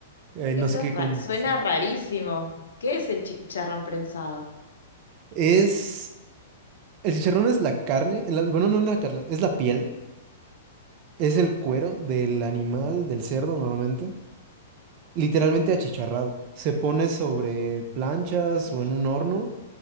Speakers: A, on the right; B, on the left.
A: eh, no
B: Eso
A: sé qué
B: es ra-
A: con...
B: suena
A: sa-
B: rarísimo. ¿Qué es el chicharrón prensado?
A: Es, el chicharrón es la carne, la- bueno, no la carne, es la piel, es el cuero del animal, del cerdo normalmente literalmente achicharrado. Se pone sobre planchas
B: Ay,
A: o en un horno